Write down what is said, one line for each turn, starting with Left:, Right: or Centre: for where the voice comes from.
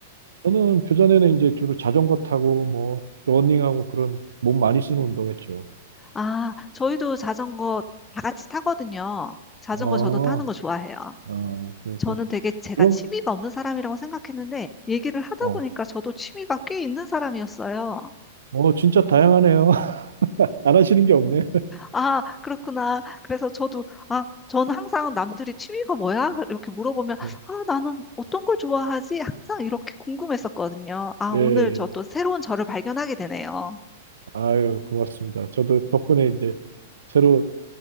Right: 저는 교전에는 이제 주로 자전거 타고 뭐 러닝하고 그런 몸 많이 쓰는 운동했죠.
Left: 아, 저희도 자전거 다 같이 타거든요. 자전거
Right: 아,
Left: 저도 타는 거 좋아해요.
Right: 아 그래,
Left: 저는
Right: 그래.
Left: 되게 제가
Right: 그럼,
Left: 취미가 없는 사람이라고 생각했는데 얘기를 하다
Right: 어,
Left: 보니까 저도 취미가 꽤 있는 사람이었어요.
Right: 어, 진짜 다양하네요. <laughs> 안 하시는 게 없네.
Left: 아, 그렇구나. 그래서 저도, 아, 저는 항상 남들이 취미가 뭐야? 이렇게 물어보면, 아,
Right: 네.
Left: 나는 어떤 걸 좋아하지? 항상 이렇게 궁금했었거든요. 아,
Right: 예,
Left: 오늘 저
Right: 예.
Left: 또 새로운 저를 발견하게 되네요.
Right: 아유, 고맙습니다. 저도 덕분에 이제 새로